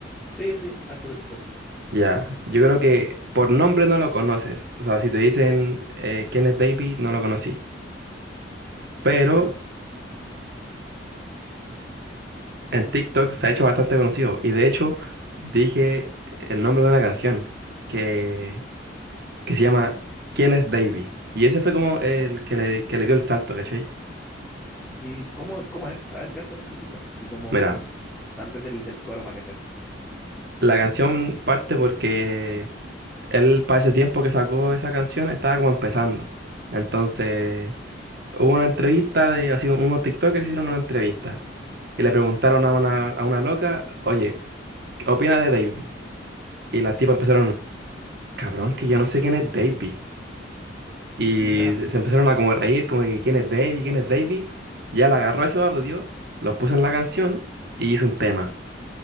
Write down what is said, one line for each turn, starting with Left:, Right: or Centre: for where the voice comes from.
Centre: Sí, sí, harto que te toco,
Right: Ya, yo creo que por nombre no lo conoces. O sea, si te dicen eh, quién es Davey, no lo conocí. Pero...
Centre: pero... Ujú.
Right: en TikTok se ha hecho bastante conocido. Y de hecho, dije el nombre de una canción que, que se llama ¿Quién es Davy? Y ese fue como el que le, que le dio el salto, ¿cachai?
Centre: ¿Y cómo, cómo es? A ver, cántame un poquito, así como
Right: Mira,
Centre: tal vez del, del coro para cachar.
Right: la canción parte porque él para ese tiempo que sacó esa canción estaba como empezando. Entonces, hubo una entrevista de, así, unos TikTokers hicieron una entrevista. Y le preguntaron a una, a una loca, oye, ¿qué opinas de Davy? Y las tipas empezaron, cabrón, que yo no sé quién es Davy. Y
Centre: <laughs> Ya,
Right: se se empezaron a como reír, como que quién es Davey, quién es Davey. Ya le agarró ese audio, lo puso en la canción y hizo un tema.